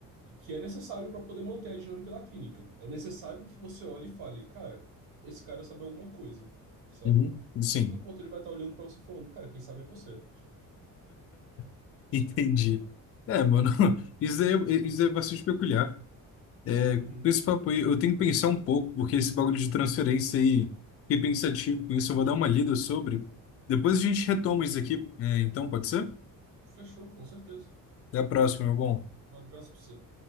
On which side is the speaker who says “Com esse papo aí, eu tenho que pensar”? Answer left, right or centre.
Left